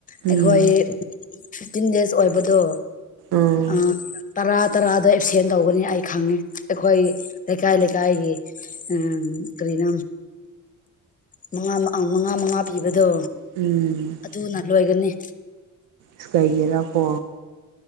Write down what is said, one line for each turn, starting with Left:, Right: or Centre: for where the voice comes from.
Left: ꯑꯩꯈꯣꯏ
Right: ꯎꯝ
Left: ꯐꯤꯐꯇꯤꯟ ꯗꯦꯖ ꯑꯣꯏꯕꯗꯣ
Right: ꯎꯝ
Left: ꯑ ꯇꯔꯥ ꯇꯔꯥꯗ ꯑꯦꯞꯁꯦꯟ ꯇꯧꯒꯅꯤ ꯑꯩ ꯈꯪꯉꯦ ꯑꯩꯈꯣꯏ ꯂꯩꯀꯥꯏ ꯂꯩꯀꯥꯏꯒꯤ ꯑꯝ ꯀꯔꯤꯅꯣ ꯃꯉꯥ ꯃꯪ ꯑ ꯃꯉꯥ ꯃꯉꯥ ꯄꯤꯕꯗꯣ
Right: ꯎꯝ
Left: ꯑꯗꯨꯅ ꯂꯣꯏꯒꯅꯦ
Right: ꯁꯨ ꯀꯥꯏꯒꯦꯔꯥ ꯀꯣ